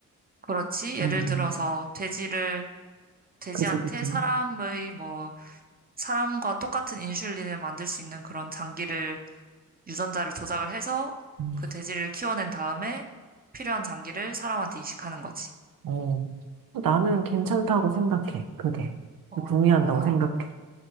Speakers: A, on the right; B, on the right.
A: 그렇지. 예를
B: 음,
A: 들어서 돼지를 돼지한테
B: 그치, 그치.
A: 사람의 뭐 사람과 똑같은 인슐린을 만들 수 있는 그런 장기를 유전자를 조작을 해서
B: 음.
A: 그 돼지를 키워낸 다음에 필요한 장기를 사람한테 이식하는 거지.
B: 어. 나는 괜찮다고 생각해, 그게.
A: 어,
B: 동의한다고 생각해.